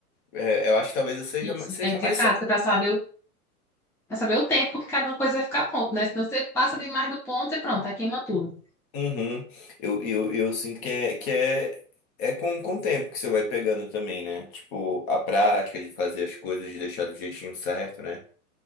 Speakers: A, on the left; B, in the centre.
A: é, eu acho que talvez eu seja,
B: isso.
A: seja
B: Tem que
A: mais.
B: ter prática para saber, o- Pra saber o tempo que cada coisa vai ficar pronto, né? Senão você passa demais do ponto e pronto, aí queima tudo.
A: Uhum. Eu, eu, eu sinto que é, que é, é com, com o tempo que você vai pegando também, né? Tipo, a prática de fazer as coisas, de deixar do jeitinho certo, né?